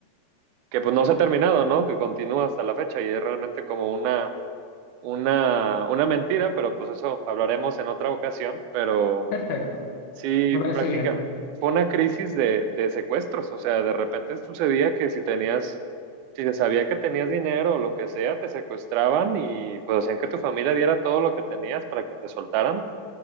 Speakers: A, on the right; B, on the left.
A: que pues no se ha terminado, ¿no? Que continúa hasta la fecha y es realmente como una, una, una mentira, pero pues eso hablaremos en otra ocasión, pero...
B: Perfecto,
A: Sí,
B: me
A: prácticamente.
B: parece bien.
A: Fue una crisis de, de secuestros, o sea, de repente sucedía que si tenías, si se sabía que tenías dinero o lo que sea, te secuestraban y pues hacían que tu familia diera todo lo que tenías para que te soltaran